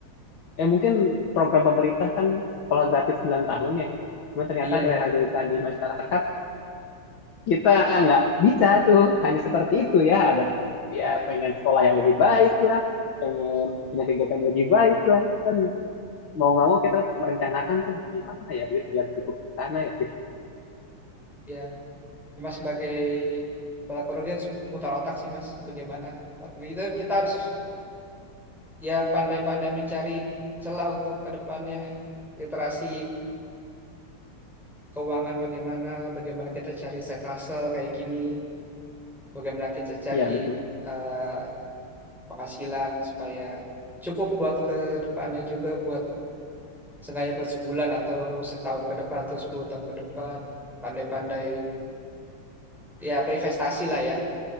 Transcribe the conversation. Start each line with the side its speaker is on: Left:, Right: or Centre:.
Left: eh mungkin program pemerintah kan sekolah gratis 9 tahun ya. Cuma ternyata
Centre: Iya,
Left: realita
Centre: iya.
Left: di masyarakat kita nggak bisa tuh hanya seperti itu ya. Ada
Centre: Iya,
Left: ya pengen sekolah yang lebih baik lah, pengen punya kegiatan yang lebih baik lah. Kan mau nggak mau kita harus merencanakan tuh gimana ya duit biar cukup ke sana ya.
Centre: iya. Mas sebagai pelaku rugi harus mutar otak sih Mas. Bagaimana? Gitu kita harus ya pandai-pandai mencari celah untuk ke depannya. Literasi keuangan bagaimana, bagaimana kita cari side hustle kayak gini, bagaimana kita cari
Left: Iya betul,
Centre: eh, penghasilan supaya cukup buat ke depannya juga buat sengaja buat sebulan atau setahun ke depan atau 10 tahun ke depan. Pandai-pandai ya berinvestasi lah ya